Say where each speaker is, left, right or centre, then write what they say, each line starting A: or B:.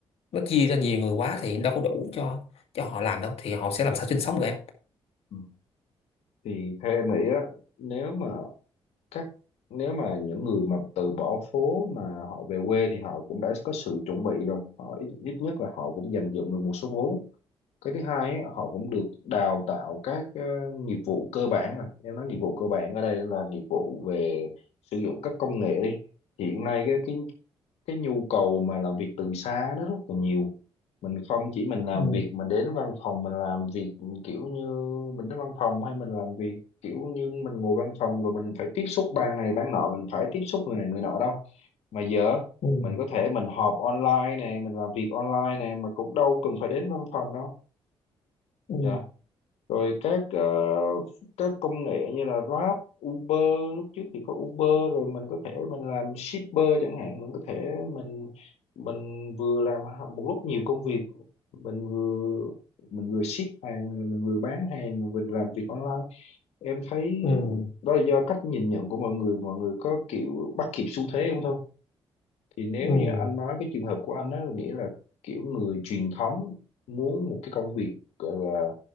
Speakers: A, on the left; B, on the left.
A: nó chia ra nhiều người quá thì đâu có đủ cho cho họ làm đâu thì họ sẽ làm sao sinh sống được em.
B: Ừ. thì theo em nghĩ á nếu mà các nếu mà những người mà từ bỏ phố mà họ về quê thì họ cũng đã có sự chuẩn bị rồi họ ít, ít nhất là họ cũng dành dụm được một số vốn cái thứ hai á, họ cũng được đào tạo các ờ, nghiệp vụ cơ bản rồi em nói nghiệp vụ cơ bản ở đây là nghiệp vụ về sử dụng các công nghệ đi hiện nay cái cái cái nhu cầu mà làm việc từ xa nó rất là nhiều mình không chỉ mình làm
A: Ừ,
B: việc mà đến văn phòng mình làm việc kiểu như mình đến văn phòng hay mình làm việc kiểu như mình ngồi văn phòng rồi mình phải tiếp xúc ban này ban nọ mình phải tiếp xúc người này người nọ đâu mà giờ
A: ừ,
B: mình có thể mình họp online này mình làm việc online này mà cũng đâu cần phải đến văn phòng đâu
A: ừ,
B: Dạ rồi các ờ, các công nghệ như là Grab, Uber lúc trước thì có Uber rồi mình có thể mình làm shipper chẳng hạn mình có thể mình mình vừa làm một lúc nhiều công việc mình vừa mình vừa ship hàng rồi mình vừa bán hàng rồi mình làm việc online em thấy
A: ừ,
B: đó là do cách nhìn nhận của mọi người mọi người có kiểu bắt kịp xu thế không thôi thì nếu
A: ừ,
B: như anh nói cái trường hợp của anh đó nghĩa là kiểu người truyền thống muốn một cái công việc gọi là